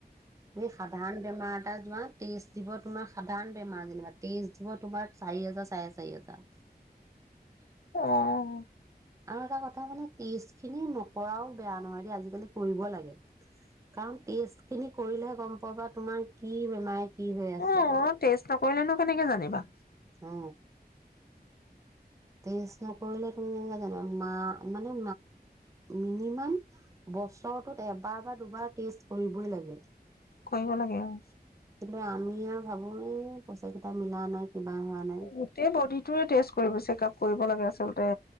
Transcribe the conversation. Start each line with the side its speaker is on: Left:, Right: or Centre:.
Right: তুমি সাধাৰণ বেমাৰ এটা যোৱা টেষ্ট দিব তোমাৰ সাধাৰণ বেমাৰ যেনিবা টেষ্ট দিব তোমাৰ চাৰি হোজাৰ চাৰে চাৰি হাজাৰ।
Left: অহ
Right: আৰু এটা কথা মানে টেষ্ট খিনি নকৰাও বেয়া নহয় দ আজিকালি কৰিব লাগে কাৰণ টেষ্ট খিনি কৰিলেহে গম পাব বা তোমাৰ কি বেমাৰ কি হৈ আছে
Left: অ টেষ্ট নকৰিলেনো কেনেকে জানিবা।
Right: অ টেষ্ট নকৰিলে তুমি জানা মানে মিনিমাম বছৰটোত এবাৰ বা দুবাৰ টেষ্ট কৰিবই লাগে।
Left: কৰিব লাগে আৰু
Right: কিন্তু আমি আৰু ভাবো এই পইচা কেইটা মিলা নাই কিবা হোৱা নাই
Left: গোটেই বডিটো টেষ্ট কৰিব চেকাপ- কৰিব লাগে আচলতে